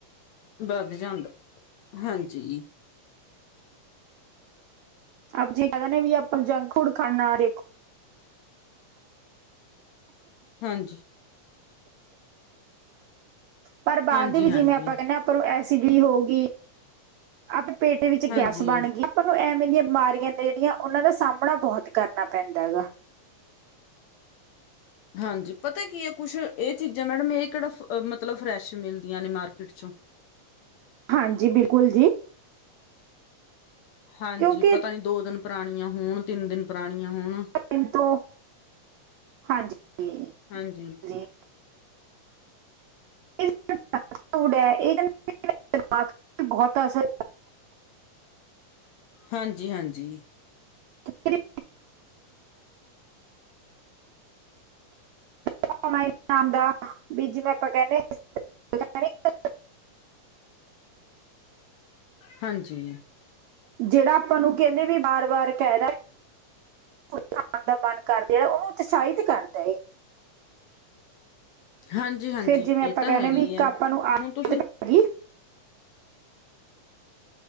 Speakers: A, on the left; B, on the right.
A: ਵੱਧ ਜਾਂਦਾ, ਹਾਂਜੀ।
B: ਆਪ ਜੇ ਕਹਿ ਦਿਨੇ ਆ ਵੀ ਆਪਾਂ ਜੰਕ ਫੂਡ ਖਾਣਾ ਦੇਖੋ।
A: ਹਾਂਜੀ।
B: ਪਰ ਬਾਦ
A: ਹਾਂਜੀ
B: ਦੇ ਵਿੱਚ
A: ਹਾਂਜੀ
B: ਜਿਵੇਂ ਆਪਾਂ ਕਹਿਨੇ ਆ ਆਪਾਂ ਨੂੰ ਐਸਿਡਿਟੀ ਹੋ ਗਈ। ਆਪਣੇ ਪੇਟ ਵਿੱਚ
A: ਹਾਂਜੀ
B: ਗੈਸ ਬਣ ਗਈ, ਆਪਾਂ ਨੂੰ ਐਵੇਂ ਦੀਆਂ ਬਿਮਾਰੀਆਂ ਨੇ ਜਿਹੜੀਆਂ ਉਹਨਾਂ ਦਾ ਸਾਹਮਣਾ ਬਹੁਤ ਕਰਨਾ ਪੈਂਦਾ ਹੈਗਾ।
A: ਹਾਂਜੀ ਪਤਾ ਕੀ ਐ ਕੁਛ ਇਹ ਚੀਜ਼ਾਂ ਮੈਡਮ ਇਹ ਕਿਹੜਾ ਮਤਲਬ ਫਰੈਸ਼ ਮਿਲਦੀਆਂ ਨੇ ਮਾਰਕੀਟ ਚੋਂ।
B: ਹਾਂਜੀ ਬਿਲਕੁਲ ਜੀ।
A: ਹਾਂਜੀ
B: ਕਿਉਂਕਿ
A: ਪਤਾ ਨੀ ਦੋ ਦਿਨ ਪੁਰਾਣੀਆਂ ਹੋਣ। ਤਿੰਨ ਦਿਨ ਪੁਰਾਣੀਆਂ ਹੋਣ,
B: ਟਾਈਮ ਤੋਂ ਹਾਂਜੀ
A: ਹਾਂਜੀ।
B: ਜੀ ਇਹ <unintelligible> ਬਹੁਤ ਅਸਰ
A: ਹਾਂਜੀ, ਹਾਂਜੀ।
B: <inaudible> <unintelligible> ਨਾਮ ਦਾ, ਵੀ ਜਿਵੇ ਆਪਾਂ ਕਹਿੰਦੇ ਆ।
A: ਹਾਂਜੀ
B: ਜਿਹੜਾ ਆਪਾਂ ਨੂੰ ਕਹਿੰਦੇ ਵੀ ਵਾਰ-ਵਾਰ ਕਹਿ ਦਾ ਖਾਣ ਦਾ ਮਨ ਕਰ ਰਿਆ ਉਹਨੂੰ ਉਤਸ਼ਾਹਿਤ ਕਰਦਾ ਐ।
A: ਹਾਂਜੀ, ਹਾਂਜੀ
B: ਫਿਰ ਜਿਵੇਂ
A: ਇਹ
B: ਆਪਾਂ
A: ਤਾਂ
B: ਕਹਿੰਦੇ
A: ਹੈਗਾ
B: ਵੀ
A: ਈ
B: ਇੱਕ
A: ਐ
B: ਆਪਾਂ
A: ਹੁਣ
B: ਨੂੰ ਆਦਤ
A: ਤੁਸੀਂ,
B: ਪੈ ਗਈ